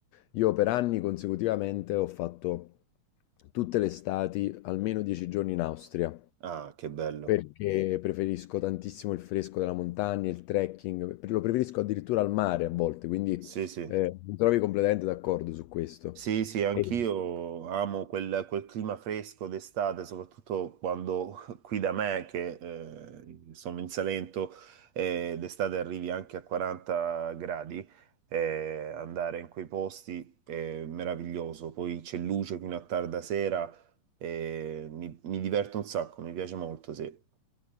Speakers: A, on the left (about 85°); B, on the right (about 60°).
A: Io per anni consecutivamente ho fatto tutte le estati almeno 10 giorni in Austria,
B: Ah, che bello.
A: perché preferisco tantissimo il fresco della montagna, il trekking, pre- lo preferisco addirittura al mare a volte, quindi
B: Sì, sì.
A: eh, mi trovi completamente d'accordo su questo.
B: Sì, sì, anch'io
A: E-
B: amo quel, quel clima fresco d'estate, soprattutto quando <laughs> qui da me, che eh, sono in Salento, eh, d'estate arrivi anche a 40 gradi, eh, andare in quei posti è meraviglioso, poi c'è luce fino a tarda sera, eh, mi, mi diverto un sacco, mi piace molto, sì.